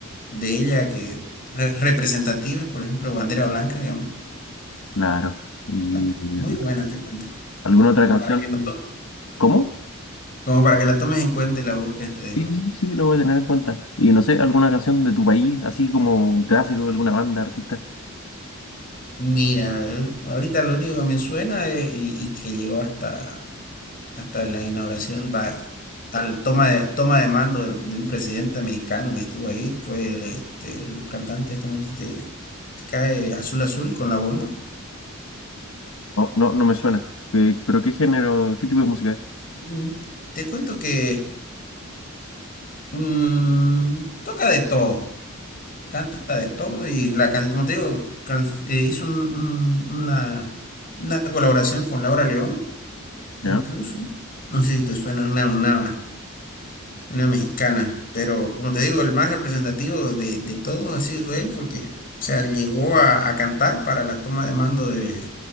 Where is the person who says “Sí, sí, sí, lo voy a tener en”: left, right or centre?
Left